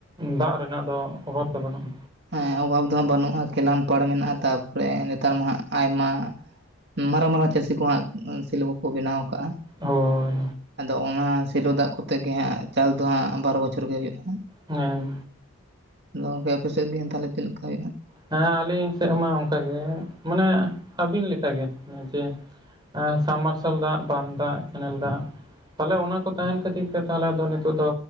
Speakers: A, on the right; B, on the right.
A: ᱫᱟᱜ ᱨᱮᱱᱟᱜ ᱫᱚ ᱚᱵᱷᱟᱵ ᱫᱚ ᱵᱟᱹᱱᱩᱜᱼᱟ᱾
B: ᱮᱸ ᱚᱵᱷᱟᱵ ᱫᱚ ᱦᱟᱸᱜ ᱵᱟ. ᱱᱩᱜ-ᱟ ᱾ᱠᱮᱞᱟᱱ ᱯᱟᱲ ᱢᱮᱱᱟᱜ-ᱟ᱾ ᱛᱟᱨᱯᱚᱨᱮ ᱱᱮᱛᱟᱨ ᱢᱟ ᱦᱟᱸᱜ ᱟᱭᱢᱟ᱾ ᱢᱟᱨᱟ ᱢᱟᱨᱟ ᱪᱟᱹᱥᱤ ᱠᱚ ᱦᱟᱸᱜ ᱥᱤᱞ ᱠᱚᱠᱚ ᱵᱮᱱᱟᱣ ᱠᱟᱜᱼᱟ᱾
A: ᱦᱳᱭ
B: ᱟᱫᱚ ᱚᱱᱟ ᱥᱮᱞᱳ ᱫᱟᱜ ᱠᱚᱛᱮ ᱜᱮ ᱦᱟᱸᱜ ᱪᱟᱥ ᱫᱚ ᱦᱟᱸᱜ ᱵᱟᱨ ᱵᱚᱪᱷᱚᱨ ᱜᱮ ᱦᱩᱭᱩᱜᱼᱟ᱾
A: ᱦᱮᱸ᱾
B: ᱟᱫᱚ ᱜᱚᱝᱠᱮ ᱟᱯᱮ ᱥᱮᱫ ᱜᱮ ᱦᱟᱸᱜ ᱛᱟᱦᱞᱮ ᱪᱮᱫ ᱞᱮᱠᱟ ᱦᱩᱭᱩᱜᱼᱟ?
A: ᱦᱮᱸ ᱟᱹᱞᱤᱧ ᱥᱮᱫ ᱢᱟ ᱚᱱᱠᱟ ᱜᱮ ᱢᱟᱱᱮ ᱟᱹᱵᱤᱱ ᱞᱮᱠᱟ ᱜᱮ ᱡᱮ ᱟᱨ ᱥᱟᱢ ᱢᱟᱨᱥᱟᱞ ᱫᱟᱜ ᱵᱟᱸᱫᱽ ᱫᱟᱜ ᱠᱮᱱᱮᱞ ᱫᱟᱜ᱾ ᱛᱟᱦᱞᱮ ᱚᱱᱟ ᱠᱚ ᱛᱟᱦᱮᱱ ᱠᱷᱟᱹᱛᱤᱨ ᱛᱮ ᱛᱟᱦᱞᱮ ᱫᱚ ᱱᱤᱛᱚᱜ ᱫᱚ᱾